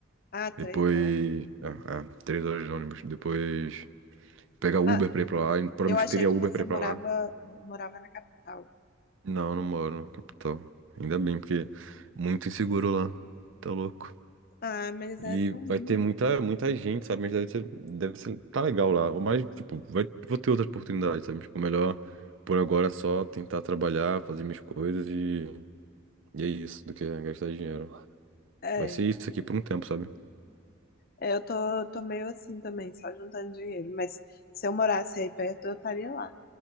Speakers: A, on the left; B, on the right.
A: Ah, três
B: Depois.
A: não.
B: É, é, três horas de ônibus. Depois pegar Uber
A: Ah,
B: pra ir pra lá. E provavelmente
A: eu achei
B: não teria
A: que
B: Uber
A: você
B: pra ir
A: morava,
B: pra lá.
A: morava na capital.
B: Não, não moro na capital. Ainda bem, porque é muito inseguro lá. Tá louco.
A: Ah, mas é
B: E
A: tão
B: vai
A: lindo.
B: ter muita, muita gente, sabe? Mas deve ser, deve ser, tá legal lá. Ou mais, tipo, vai, vou ter outras oportunidades, sabe? Tipo, melhor por agora é só tentar trabalhar, fazer minhas coisas e, e é isso, do que gastar dinheiro.
A: É.
B: Vai ser isso aqui por um tempo, sabe?
A: É, Eu tô, tô meio assim também, só juntando dinheiro. Mas se eu morasse aí perto, eu estaria lá.